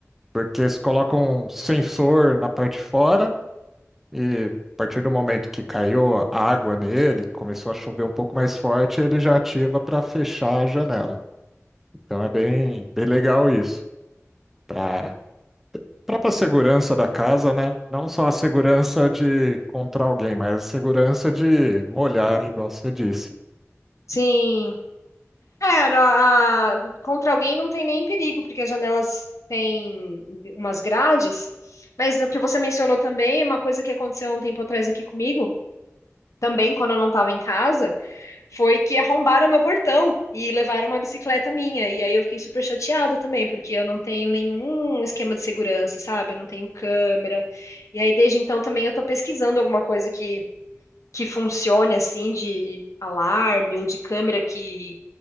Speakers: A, in the centre; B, on the left.
A: Porque eles colocam um sensor na parte de fora e a partir do momento que caiu a água nele, começou a chover um pouco mais forte, ele já ativa para fechar a janela. Então é bem, bem legal isso. Para própria segurança da casa, né? Não só a segurança de contra alguém, mas a segurança de molhar, igual você disse.
B: Sim, É, na- a- contra alguém não tem nem perigo, porque as janelas têm umas grades. Mas o que você mencionou também, uma coisa que aconteceu há um tempo atrás aqui comigo, também quando eu não estava em casa, foi que arrombaram meu portão e levaram uma bicicleta minha. E aí eu fiquei super chateada também, porque eu não tenho nenhum esquema de segurança, sabe? Eu não tenho câmera. E aí desde então também eu tô pesquisando alguma coisa que que funcione assim de alarme ou de câmera que